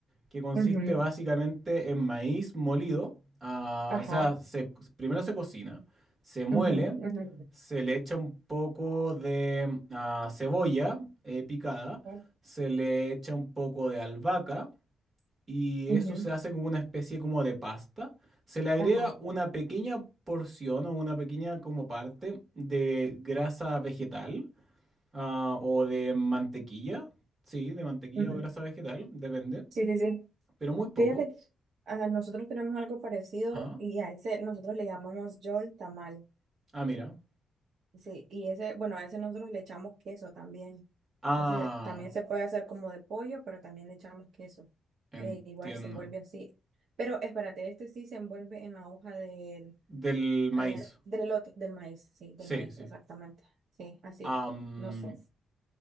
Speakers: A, on the right; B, on the right.
A: que consiste
B: ujú.
A: básicamente en maíz molido. ah,
B: Ajá.
A: o sea, se- primero se cocina, se muele,
B: ujú, ujú,
A: se le echa un poco de ah, cebolla eh, picada,
B: ujú,
A: se le echa un poco de albahaca y
B: ujú,
A: eso se hace como una especie como de pasta. Se le agrega
B: Ajá.
A: una pequeña porción o una pequeña como parte de grasa vegetal ah, o de mantequilla. Sí, de mantequilla
B: ujú.
A: o grasa vegetal, depende,
B: Sí, sí, sí.
A: pero muy poco.
B: Fíjate que ah, nosotros tenemos algo parecido
A: Ajá.
B: y a ese nosotros le llamamos yol tamal.
A: Ah, mira.
B: Sí, y ese, bueno, a ese nosotros le echamos queso también.
A: Ah,
B: Ese también se puede hacer como de pollo, pero también le echamos queso.
A: entiendo.
B: Eh, igual se envuelve así. Pero espérate, este sí se envuelve en la hoja del,
A: Del maíz.
B: eh, del elote, del maíz, sí, del
A: Sí,
B: maíz,
A: sí.
B: exactamente. Sí, así.
A: Am,
B: No sé.